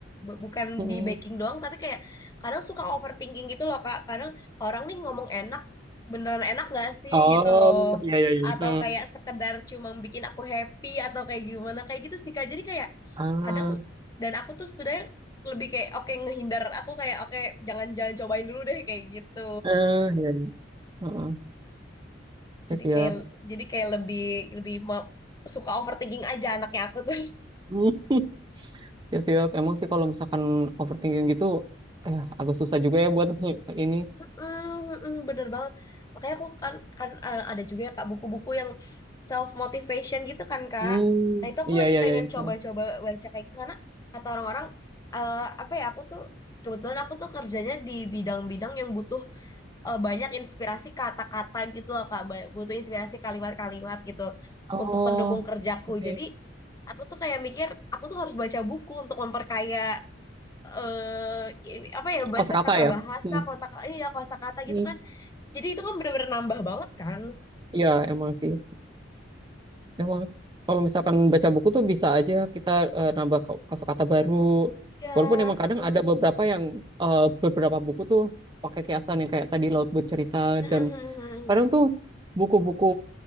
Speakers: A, on the left (about 20°); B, on the right (about 25°).
A: Bu- bukan
B: Mm-mm.
A: di baking doang tapi kayak kadang suka overthinking gitu loh Kak kadang orang nih ngomong enak beneran enak gak sih
B: Oh,
A: gitu loh
B: iya, iya, iya.
A: atau kayak sekedar cuma bikin aku happy atau kayak gimana kayak gitu sih Kak jadi kayak
B: Ah,
A: kadang dan aku tuh sebenarnya lebih kayak oke ngehindar aku kayak oke jangan jangan cobain dulu deh kayak gitu
B: eh, iya, iya. Heeh. Yes,
A: jadi
B: ya.
A: kayak jadi kayak lebih lebih mau- suka overthinking aja anaknya aku tuh
B: Mm. Ya sih, ya. emang sih kalau misalkan overthinking gitu, eh agak susah juga ya buat ini.
A: Mm, mm, bener banget. Makanya aku kan, kan eh, ada juga ya Kak buku-buku yang self motivation gitu kan Kak.
B: Hmm,
A: Nah, itu aku
B: iya
A: lagi
B: iya
A: pengen
B: iya. iya.
A: coba-coba baca kayak gitu karena kata orang-orang eh, apa ya aku tuh kebetulan aku tuh kerjanya di bidang-bidang yang butuh eh, banyak inspirasi kata-kata gitu loh Kak, Ba- butuh inspirasi kalimat-kalimat gitu
B: Oh,
A: untuk pendukung kerjaku.
B: oke.
A: Jadi, aku tuh kayak mikir aku tuh harus baca buku untuk memperkaya eh i- apa ya bahasa
B: Kosakata
A: tata
B: ya.
A: bahasa
B: Hmm.
A: kotak iya kata kata
B: Hmm.
A: gitu kan jadi itu kan bener-bener nambah banget kan?
B: Iya, emang sih. Emang kalau misalkan baca buku tuh bisa aja kita eh, nambah ko- kosakata baru.
A: Iya.
B: Walaupun emang
A: heeh.
B: kadang ada beberapa yang eh, beberapa buku tuh pakai kiasan yang kayak tadi Laut Bercerita
A: Heeh,
B: dan kadang tuh buku-buku